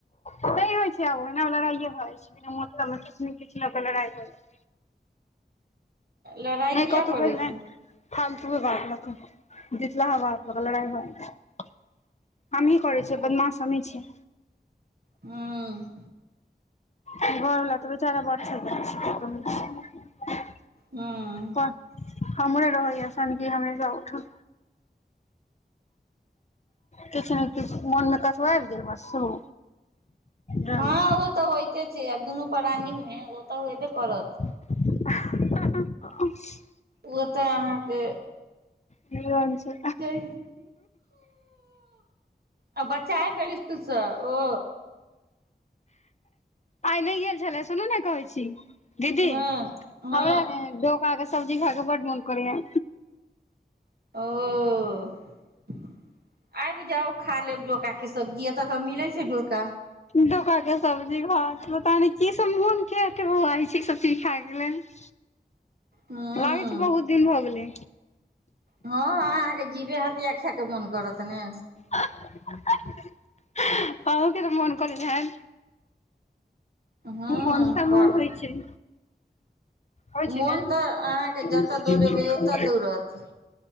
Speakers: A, on the left (about 40°); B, on the right (about 60°).
A: नय होइ छैय आब ओहिना लड़ाइए हो जाइ छैय बिना मतलब मऽ किछ नइ किछ लऽ कऽ लड़ाइ भऽ जाइ
B: लड़ाइ
A: नय
B: किया
A: कतो
B: करै
A: भेल नऽ
B: छी
A: फालतूये बात लऽ कऽ बितलाहा बात लऽ कऽ लड़ाइ भऽ जाय छै हमही करै छियै बदमाश हमही छियै
B: हँ
A: घरवला तऽ बेचारा वाॅटसप पर रहै छै
B: हँ
A: त हमरे रहैय सनकी हमेशा उठल किछ नय किछ मन मे कऽ आबि गेल बस शुरू ड्रामा
B: हँ ओ तऽ होइते छैय आब दुनू प्राणी मे ओ तऽ होयबे करत
A: <inaudible>
B: ओ तऽ अहाँकेँ
A: <unintelligible> छै
B: छैय आ बच्चा आबि गेल इसकुल सँ ओ
A: आइ नय गेल छले सुनू नऽ कहै छी दीदी
B: हँ हँ
A: हमरा ने डोका के सब्जी खाय केँ बड्ड मोन करै य
B: ओ आइब जाउ खा लेब डोका केँ सब्जी एतऽ तऽ मिलै छैय डोका
A: डोका केँ सब्जी भात पता नै की सब मोन किया कऽ बोआइ छैय इसब चीज खाय कऽ लेल <inaudible>
B: हँ
A: लागै छै बहुत दिन भऽ गेलै
B: हँऽ अहाँकेँ जीवे हथिया खाय केँ मोन करत ने
A: आहू केँ तऽ मोन करैत हैत
B: हँ
A: मोन तऽ मोन
B: पर
A: होइ छैय होइ छै
B: मोन
A: ने। <unintelligible>
B: तऽ अहाँके जतऽ दौड़ेबै ओतऽ दौड़त